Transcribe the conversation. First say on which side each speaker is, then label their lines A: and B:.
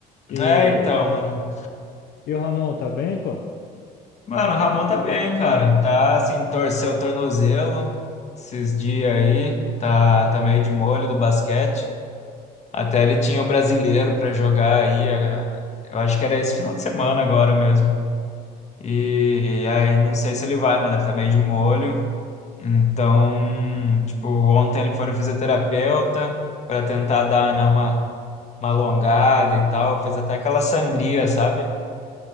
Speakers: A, on the left (about 70°); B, on the left (about 40°).
A: E,
B: é então, mano.
A: e o Ramon, tá bem, pô?
B: Mano, o Ramon tá bem, cara. Tá assim, torceu o tornozelo esses dias aí. Tá, tá meio de molho do basquete. Até ele tinha o brasileiro para jogar aí, eh, eu acho que era esse final de semana agora mesmo. E, e aí não sei se ele vai, mano, ele tá meio de molho. Então, tipo, ontem ele foi no fisioterapeuta para tentar dar, né, uma, uma alongada e tal, fez até aquela sangria, sabe?